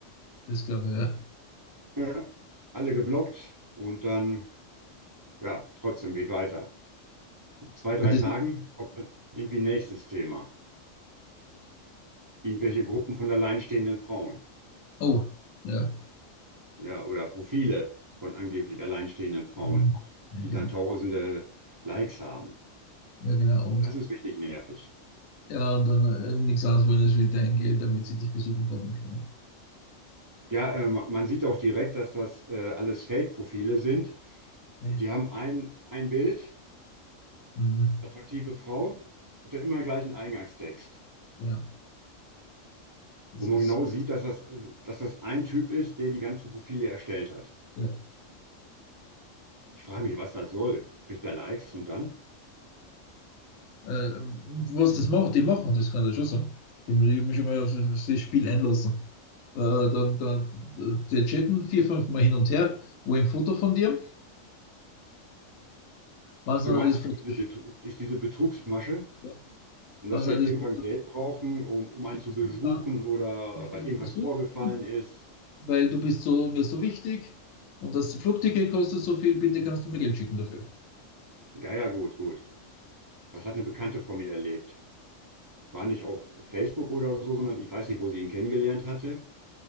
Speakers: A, on the left; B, on the right.
A: das glaube ich, ja.
B: Ja, alle geblockt und dann, ja, trotzdem geht weiter. Nach zwei, drei
A: Ja, das
B: Tagen
A: ist,
B: kommt dann irgendwie nächstes Thema. Irgendwelche Gruppen von alleinstehenden Frauen.
A: oh, ja.
B: ja, oder Profile von angeblich alleinstehenden Frauen,
A: Mhm. Ja,
B: die
A: genau.
B: dann tausende Likes haben.
A: Ja, genau. Und,
B: Das ist richtig nervig.
A: ja, und dann äh, nichts anderes wollen als wie dein Geld, damit sie dich besuchen kommen können.
B: Ja, äh, ma- man sieht auch direkt, dass das äh, alles Fake-Profile sind.
A: Ja.
B: Die haben ein, ein Bild,
A: Mhm.
B: attraktive Frau, und dann immer den gleichen Eingangstext,
A: Ja, das
B: wo man
A: ist,
B: genau sieht, dass das, äh, dass das ein Typ ist, der die ganzen Profile erstellt hat.
A: ja.
B: Ich frage mich, was das soll. Kriegt er Likes und dann?
A: Äh, was das macht, die machen, das kann ich schon sagen. Ich hab mich ich hab mich schon mal auf das das Spiel einlassen. Äh, da, da, die chatten vier, fünf Mal hin und her, wo ein Foto von dir, was
B: Ach, du
A: dann
B: meinst,
A: das
B: das
A: Foto,
B: ist diese,
A: sch-
B: Betru- ist diese Betrugsmasche?
A: ja,
B: Und
A: was
B: dass wir
A: dann
B: irgendwann
A: das Foto
B: Geld brauchen, um, um
A: schickst
B: einen zu besuchen
A: und dann
B: oder
A: möchte
B: weil
A: ich dich
B: irgendwas
A: besuchen
B: vorgefallen ist.
A: weil du bist so, mir so wichtig und das Flugticket kostet so viel, bitte kannst du mir Geld schicken dafür.
B: Ja, ja, gut, gut. Das hat eine Bekannte von mir erlebt. War nicht auf Facebook oder so, sondern ich weiß nicht, wo sie ihn kennengelernt hatte.